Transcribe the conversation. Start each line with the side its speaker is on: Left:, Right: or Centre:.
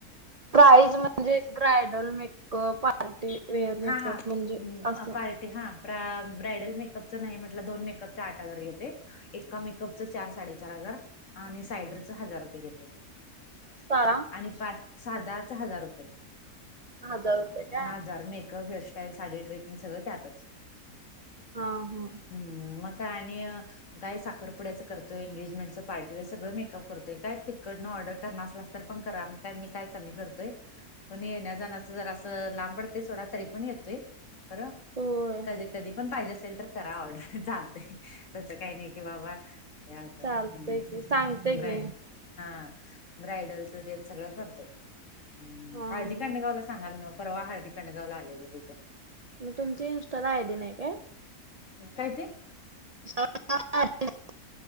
Right: प्राईज म्हणजे ब्रायडल मेकअप, पार्टीवेअर मेकअप
Left: हा हा
Right: म्हणजे असं.
Left: अ पार्टी हा ब्रा ब्रायडल मेकअपच नाही म्हटलं दोन मेकअपच आठ हजार घेते. एका मेकअपचं चार साडेचार हजार आणि सायडरच हजार रुपये घेते.
Right: <unintelligible>
Left: आणि साधाचा हजार रुपये,
Right: हजार रुपये काय
Left: हा हजार makeup, hairstyle, sari draping, सगळं त्यातच.
Right: हा हम्म.
Left: हम्म मग काय आणि काय साखरपुड्याचं करतोय, एंगेजमेंटचं पार्टी, व सगळ मेकअप करतोय काय तिकडंन ऑर्डर करणारच अस. तरीपण करा मी काय कमी करतोय पण येण्या जाण्याच जरास लांब पडतय सोडा तरी पण येतोय खरं
Right: होय
Left: कधी कधी पण पाहिजे असेल तर करा ऑर्डर चालतय, तस काही नाही की बाबा <unintelligible>
Right: चालतय की सांगते की
Left: हा ब्रायडलच तेन सगळं करतोय. हम्म
Right: हा हा
Left: हळदी काडगावला सांगाल न परवा हळदी काडगावला आलेलो तिथं.
Right: मग तुमची इंस्टा ला आयडी नाही काय?
Left: काय ते?
Right: <unintelligible>